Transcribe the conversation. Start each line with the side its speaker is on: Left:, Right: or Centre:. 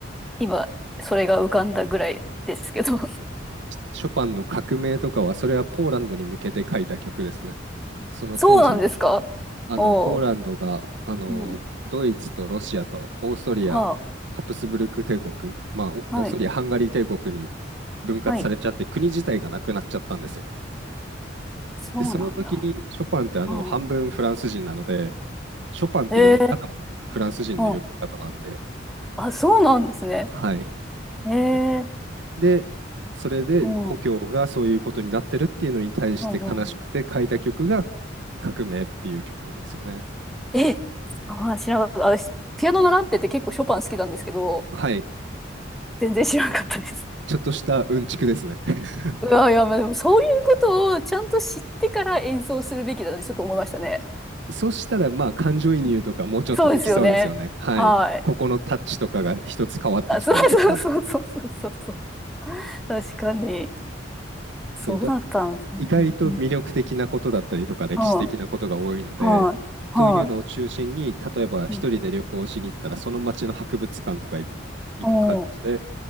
Centre: 今、それが浮かんだぐらいですけど。
Right: ショパンの革命とかは、それはポーランドに向けて書いた曲ですね。その当時、
Centre: そうなんですかおう。
Right: あの、ポーランドが、あの、
Centre: うん。
Right: ドイツとロシアとオーストリア、
Centre: は
Right: ハプスブルク帝国、まあ、オオーストリア、
Centre: あ。はい。
Right: ハンガリー帝国に分割されちゃって、
Centre: はい。
Right: 国自体がなくなっちゃったんですよ。
Centre: そうなんだ。
Right: で、その時にショパンってあの半分フランス人なので、
Centre: うん。
Right: ショパンって読み方もフランス人の呼び方なんで、
Centre: へえ。うん。あ、そうなんですね。
Right: はい。
Centre: へえ。
Right: ほで、それで故郷がそういうことになってるっていうのに対して悲しくて書いた曲が
Centre: うん。うん。うんうん。
Right: 革命っていう曲なんですよね。
Centre: え、まあ、知らなかった。私、ピアノ習ってて結構ショパン好きなんですけど、
Right: はい。
Centre: 全然知らなかったです。
Right: ちょっとしたうんちくですね。<laughs>
Centre: <laughs> うわ、いや、まあ、でもそういうことをちゃんと知ってから演奏するべきだなってちょっと思いましたね。
Right: そうしたらまあ感情移入とかもうちょっとできそうですよね。
Centre: うんそうですよね。
Right: はい。
Centre: はい。
Right: ここのタッチとかが一つ変わってきたりとか。
Centre: あ、そうそうそうそうそうそう。確かに。そうだったんですね。
Right: そうだ意外と魅力的なことだったりとか歴史的なことが多いので、
Centre: うんはい、はい、
Right: そういうのを中心に、
Centre: は
Right: 例えば一人で旅行しに行ったら、
Centre: い。うん
Right: その町の博物館とかい行く感じで、
Centre: おー、